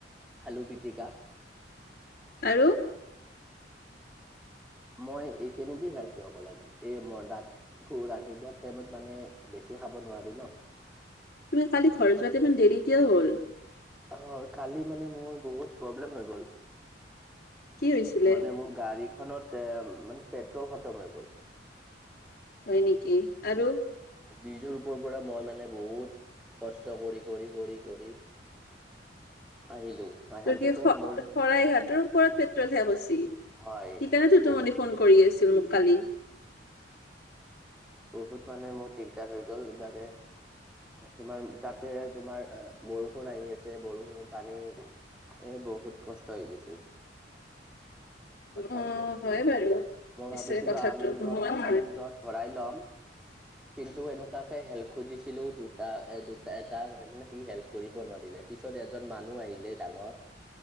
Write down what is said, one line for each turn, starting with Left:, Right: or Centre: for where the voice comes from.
Centre: আলু পিটিকা।
Left: আৰু?
Centre: মই এইখিনি দি খাইছোঁ অকললে। আজি এই মই ৰাত আকৌ ৰাতিপুৱা টাইমত মানে বেছি খাব নোৱাৰি ন'।
Left: তুমি কালি ঘৰ যোৱাতে ইমান দেৰি কিয় হ'ল?
Centre: অ' কালি মানে মোৰ বহুত প্ৰব্লেম হৈ গ'ল।
Left: কি হৈছিলে
Centre: মানে মোৰ গাড়ীখনত এ, মানে পেট্ৰল খতম হৈ গ'ল।
Left: হয় নেকি আৰু?
Centre: ব্ৰীজৰ ওপৰ পৰা মই মানে বহুত কষ্ট কৰি কৰি কৰি কৰি আহিলো আহাৰ
Left: ত' কি
Centre: পিছত
Left: শ-শৰাইঘাটৰ
Centre: মোৰ
Left: ওপৰত পেট টোল শেষ হৈছিল,
Centre: হয়
Left: সেইকাৰণে তোৰ
Centre: ব
Left: তো মানে ফোন কৰি আছিল মোক কালি। <inaudible>
Centre: বহুত মানে মোৰ দিগদাৰ হৈ গ'ল। কিবাকে তোমাৰ তাতে তোমাৰ বৰষুণ আহি আছে বৰষুণ পানী এ, বহুত কষ্ট হৈ গৈছিল।
Left: অ'
Centre: হঠাৎ
Left: হয় বাৰু
Centre: মই
Left: পিছে
Centre: ভাবিছিলো
Left: কথাটো।
Centre: আমিন
Left: নোহোৱা নহয়
Centre: আমিন গাঁৱত ভৰাই ল'ম। কিন্তু এনেকুৱাকে হেল্প খুজিছিলোঁ দুটা এ, দু এটা মানে সি হেল্প কৰিব নোৱাৰিলে পিছত এজন মানুহ আহিলে ডাঙৰ।